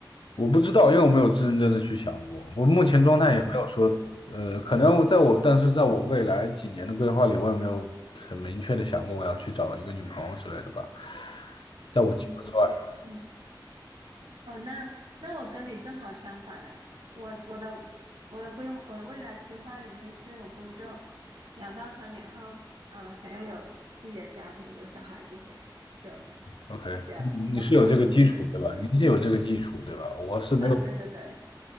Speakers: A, on the left (about 80°); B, on the right (about 80°).
A: 我不知道，因为我没有认真的去想过。我目前状态也没有说，
B: 嗯
A: 呃，可能我在我，但是在我未来几年的规划里，我也没有很明确的想过我要去找一个女朋友之类的吧。在我计划之外。
B: 嗯嗯。哦，那那我跟你正好相反诶，我我的我的规划我的未来规划里面是我工作两到三年后，嗯、呃想要有自己的家庭，有小孩这些，有
A: OK，
B: 这样比较好。
A: 你你是有这个基础对吧？
B: <laughs>
A: 你是有这个基础对吧？我是没有
B: 啊，对对对，